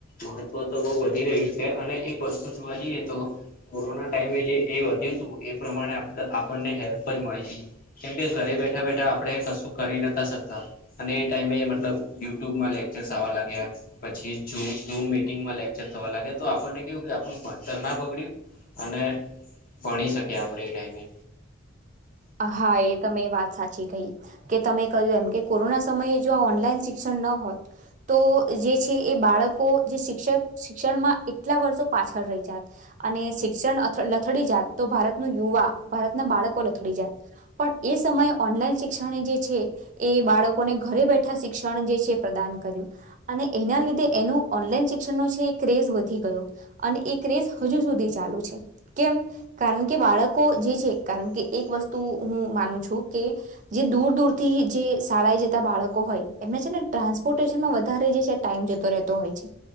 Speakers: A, on the left; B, on the right.
A: મહત્વ તો બહુ વધી રહ્યું છે અને એક વસ્તુ જોવા જઈએ તો કોરોના ટાઈમે જે એ વધ્યું તું એ પ્રમાણે આપડા આપણને હેલ્પ પણ મળી તી. કેમ કે ઘરે બેઠા -બેઠા આપણે કશું કરી નતા શકતા. અને એ ટાઈમે મતલબ યુટ્યુબમાં લેક્ચર્સ આવા લાગ્યા. પછી <unintelligible> ઝૂમ મીટિંગમાં લેકચર થવા લાગ્યા તો આપણને કેવું થાય કે આપણું ભણતર ના બગડ્યું. અને ભણી શકીયે આપણે એ ટાઈમે.
B: હા, એ તમે વાત સાચી કહી. કે તમે કહ્યું એમ કે કોરોના સમયે જો આ ઓનલાઈન શિક્ષણ ન હોત. તો જે છે એ બાળકો જે શિક્ષક શિક્ષણમાં એટલા વર્ષો પાછળ રહી જાત. અને શિક્ષણ લ લથડી જાત, તો ભારતનું યુવા ભારતના બાળકો લથડી જાત. પણ એ સમયે ઓનલાઈન શિક્ષણે જે છે. એ બાળકોને ઘરે બેઠા શિક્ષણ જે છે પ્રદાન કર્યું. અને એના લીધે એનું ઓનલાઈન શિક્ષણનો છે એ ક્રેઝ વધી ગયો. અને એ ક્રેઝ હજુ સુધી ચાલુ છે. કેમ કારણ કે બાળકો જે છે કારણ કે એક વસ્તુ હું માનું છું કે. જે દૂર -દૂર થી જે શાળાએ જતા બાળકો હોય એમને છે ને ટ્રાન્સપોર્ટેશનમાં વધારે જે છે ટાઈમ જતો રહેતો હોય છે.